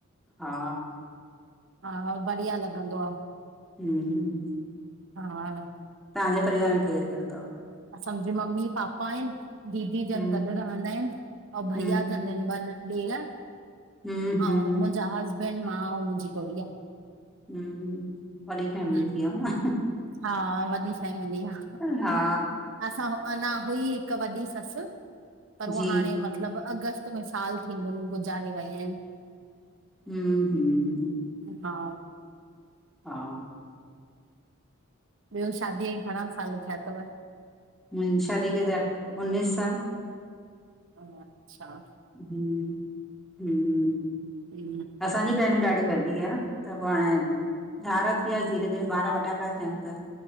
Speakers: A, in the centre; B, on the right.
A: हा
B: हा हा बढ़िया लॻंदो आ।
A: हम्म
B: हा
A: तव्हांजेे परिवार में केर केर थव?
B: अ सम्झ मम्मी पापा आहिन, दीदी जन
A: हम्म
B: गॾु रहंदा आहिन, अं भइया
A: हम्म
B: जन ॾेर अंउ
A: हम्म हम्म
B: मुंजा हसबैंड, मां अंउ मुंजी गुड़िया।
A: हम्म, वॾी फैमिल
B: हम्म
A: थी वयव न।
B: हा, वॾी फैमिली आ।
A: हा
B: असां अंञा हुई हिक वॾी ससु, पर उअ
A: जी
B: हाणे मतलब मतलब अगस्त में साल थींदुन, गुज़ारे वई आहिन।
A: हम्म हम्म --
B: हा
A: हा
B: ॿियो शादीअ खे घणा साल थिया थव?
A: मुंजी शादीअ खे त उन्नीस साल।
B: अच्छा!
A: हम्म- हम्म
B: हम्म
A: असांजी फैमिली बि ॾाढी वडी आ। त पोइ हाणे धार थी विया सीं, धीरे- धीरे ॿार वॾा पिया थियन त।